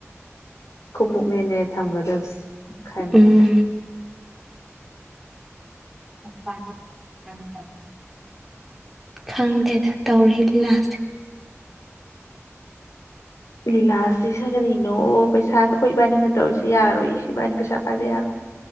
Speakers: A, on the left; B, in the centre.
A: ꯈꯨꯃꯨꯛꯅꯦꯅꯦ ꯊꯝꯒꯗꯕꯁꯦ ꯃꯈꯟ
B: ꯎꯝ
A: ꯃꯈꯟ꯫
B: <unintelligible> ꯈꯪꯗꯦꯗ ꯇꯧꯔꯤ ꯂꯤꯂꯥ ꯁꯦ꯫
A: ꯂꯤꯂꯥꯁꯤꯁ ꯀꯔꯤꯅꯣ ꯄꯩꯁꯥ ꯑꯈꯣꯏ ꯏꯕꯥꯟꯅꯤꯅ ꯇꯧꯔꯤꯁꯤ ꯌꯥꯔꯣꯏ ꯏꯕꯥꯟꯅꯤ ꯄꯩꯁꯥ ꯄꯥꯏꯕ ꯌꯥꯔꯣꯏ꯫